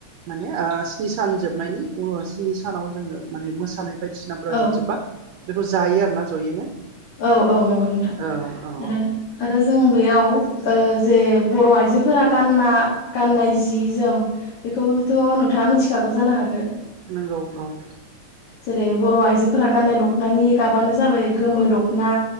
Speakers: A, on the right; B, on the left.
A: माने ओ स्नि सान जोबनायनि उनाव स्नि सानाव जोङो माने मोसानाय बायदिसिनाफ्रा
B: औ
A: जोबजोबा बेखौ जायो आरोना जयैनो।
B: औ औ नंगौ नोंथां
A: औ औ
B: आरो आरो जों बेयाव ओ जे बर' आइजो फोरा गानना गाननाय जि जोम बेखौथ' नोंथाङा मिथिखागौ जानो हागौ
A: नंगौ औ
B: जेरै बर' आइजोफोरा गाननाय दख'नानि गाबानो जाबाय गोमो दख ना